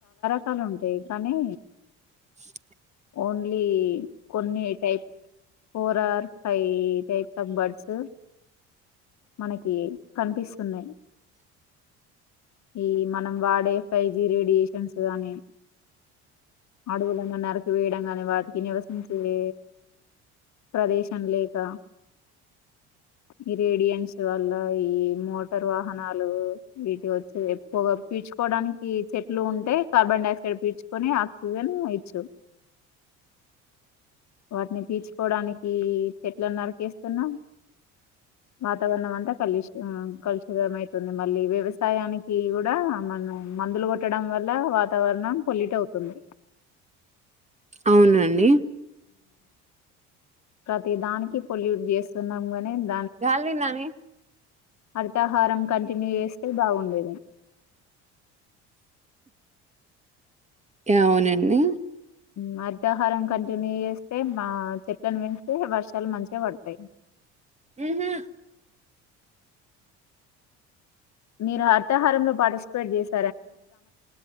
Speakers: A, on the left (about 55°); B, on the right (about 20°).
A: కష్టాలు ఉంటాయి కానీ
B: <inaudible>
A: ఓన్లీ కొన్ని type four or five types of birds మనకి కనిపిస్తున్నాయి. ఈ మనం వాడే ఫైజి రేడియేషన్స్ గాని అడువులను నరకన్ వీడగల్ వాటికి నివసించే ప్రదేశన్ లేక ఈ రేడియన్స్ వల్ల ఈ మోటార్ వాహనాలు వీటి వచ్ ఎక్కువగా పీల్చు కోవడానికి చెట్లు ఉంటే కార్బన్ డైఆక్సైడ్ పీల్చు కొని ఆక్సిజన్ ఇచ్చు. వాటిని పీచుకోవడానికి చెట్లను నరికేస్తున్నాం. వాతావరణం అంతా కలుష కలుషితంమవుతుంది. మళ్ళీ వ్యవసాయానికి కూడా, మనం మందులు కొట్టడం వల్ల, వాతావరణం పొలిట్ అవుతుంది.
B: అవునండి.
A: ప్రతి దానికి పొల్యూట్ చేస్తున్నాం గాని
B: గాలిల్ నాని
A: హరితహారం కంట పిన్ని చేస్తే బాగుండేది.
B: అవునండి
A: మధ్యాహారం కంటిన్యూ చేస్తే మా సెకండ్ మీన్స్తే పస్ చాల మంచిగా పడ్తాయ్
B: ఉహూ
A: మీరు హర్తహారంలో పార్టిసిపేట్ చేసి